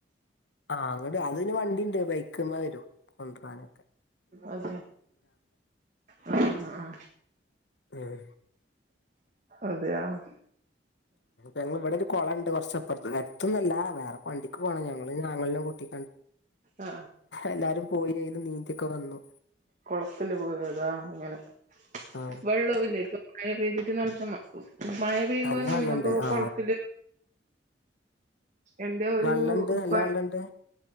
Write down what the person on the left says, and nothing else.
ആ അങ്‌ട് അതിന് വണ്ടിണ്ട്. ബൈക്ക്മ്മേ വരും കൊണ്ടരാനൊക്കെ.
ഉം
ഞങ്ങളിവിടെരു കൊളണ്ട് കൊറച്ചപ്പുറത്ത് അടുതൊന്നും അല്ല വേറെ വണ്ടിക്ക് പോണം ഞങ്ങള് ആങ്ങളനെ കൂട്ടി
എല്ലാരും പോയെയ്തു നീന്തിയൊക്കെ വന്നു.
ആ
നല്ല
വെള്ളണ്ട്
ആ
വെള്ളണ്ട്
നല്ല വെള്ളണ്ട്